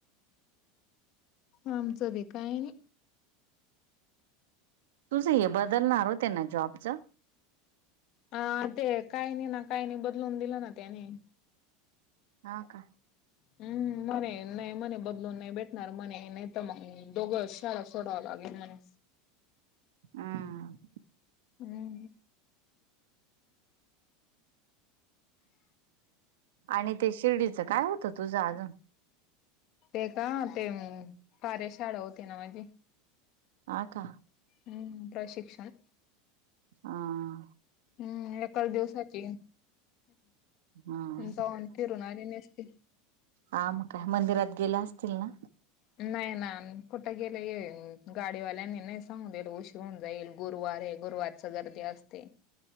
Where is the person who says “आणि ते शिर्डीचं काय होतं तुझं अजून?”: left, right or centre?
Right